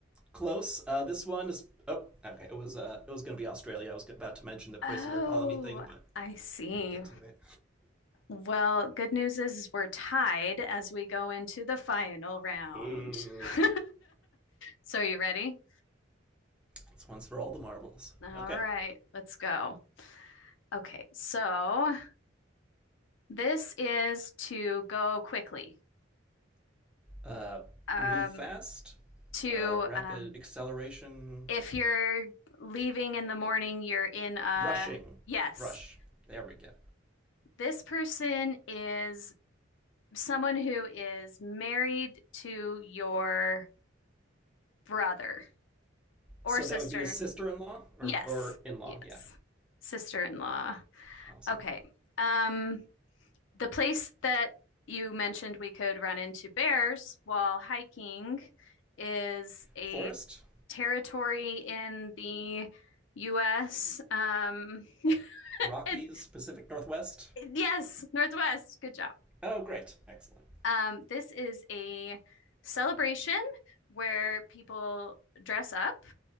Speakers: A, in the centre; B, on the left (about 75°).
A: close. Uh, this one is oh, okay. It was uh, it was going to be Australia. I was about to mention the prisoner
B: Oh,
A: colony thing, but
B: I see.
A: didn't get to it.
B: Well, good news is we're tied as we go into the final round.
A: <laughs> Ooh,
B: <laughs> So, are you ready?
A: this one's for all the marbles.
B: All
A: Okay,
B: right, let's go. Okay, so this is to go quickly.
A: uh,
B: Um,
A: move fast,
B: to
A: uh, rapid
B: um,
A: acceleration,
B: if you're leaving in the morning, you're in a
A: rushing,
B: yes.
A: rush. There we go.
B: This person is someone who is married to your brother or
A: So
B: sister.
A: that would be a sister-in-law or
B: Yes,
A: or in-law.
B: yes,
A: Yeah,
B: sister-in-law.
A: awesome.
B: Okay. Um, the place that you mentioned we could run into bears while hiking is a
A: Forest?
B: territory in the US. Um, <laughs>
A: Rockies?
B: and-
A: Pacific Northwest?
B: yes, Northwest. Good job.
A: Oh, great. Excellent.
B: Um, this is a celebration where people dress up